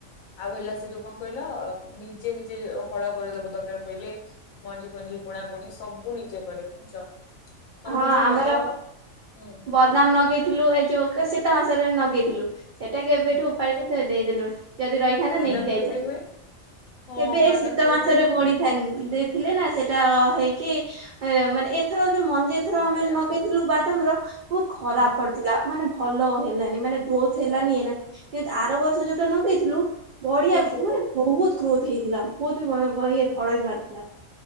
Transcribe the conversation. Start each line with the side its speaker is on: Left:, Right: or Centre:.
Left: ଆଉ ହେଲା ସେଠୁ କଣ କହିଲ ନିଜେ ନିଜେ ହଳ କରିଦବ ଦରକାର ପଇଲେ। ମଞ୍ଜି ଫଞ୍ଜି ବୁଣା ବୁଣି ସବୁ ନିଜେ କରେ ଜାଣିିଛ ତମର
Right: ହଁ
Left: ଯୋଉ
Right: ଆମର
Left: ଲଗାଅ ହୁଁ ହୁଁ।
Right: ବଦାମ ନଗେଇଥିଲୁ ଏଇ ଯୋଉ ଶୀତ ମାସରେ ନଗେଇଥିଲୁ ସେଟା କେବେଠୁ
Left: ହୁଁ।
Right: ପାଳିକି ସେରା ଦେଇଦେଲୁଣି ଯଦି ରହି ଥାନ୍ତା
Left: ବାଦାମ
Right: ନେଇକି ଯାଇଥାନ୍ତି
Left: କେବେ ହୁଏ ହଁ
Right: କେବେ ଏ
Left: ବାଦାମ
Right: ଶୀତ
Left: କେବେ
Right: ମାସରେ
Left: ହୁଏ
Right: ପୁଣି ଥାନ୍ ଦେଇଥିଲେ ନା ସେଟା ହେଇକି ମାନେ ଏଥର ଯୋଉ ମଞ୍ଜି ଏଥର
Left: ବାହାରେ
Right: ଆମେ ଜ
Left: ଆଚ୍ଛା
Right: ନଗେଇଥିଲୁ
Left: ଆଚ୍ଛା
Right: ବାଦାମ ର ବହୁତ ଖରାପ
Left: ହୁଁ
Right: ପଡିଥିଲା ମାନେ ଭଲ ହେଲାନି ମାନେ ଗ୍ରୋଥ ହେଲାନି
Left: ଓହୋ।
Right: ହେଲା କିନ୍ତୁ ଆର ବର୍ଷ ଯୋଉଟା ନଗେଇଥିଲୁ ବଢିଆ
Left: ହୁଁ ହୁଁ
Right: ମାନେ ବହୁତ ଗ୍ରୋଥ ହେଇଥିଲା ବହୁତ ବି ବଳେ ବଳେ ଇଏ
Left: ଆଚ୍ଛା
Right: ଫଳ
Left: ଆଚ୍ଛା।
Right: ବି ବାହାରିଥିଲା